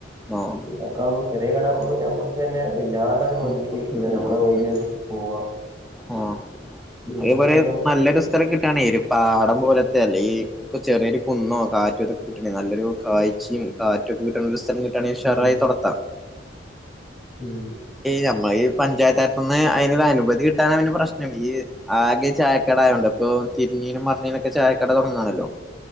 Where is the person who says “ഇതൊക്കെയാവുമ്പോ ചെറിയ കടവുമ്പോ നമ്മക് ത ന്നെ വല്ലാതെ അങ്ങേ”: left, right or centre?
Right